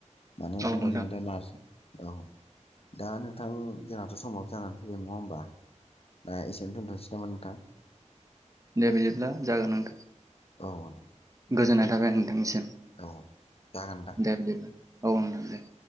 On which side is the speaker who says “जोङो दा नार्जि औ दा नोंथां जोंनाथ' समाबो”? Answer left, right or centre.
Left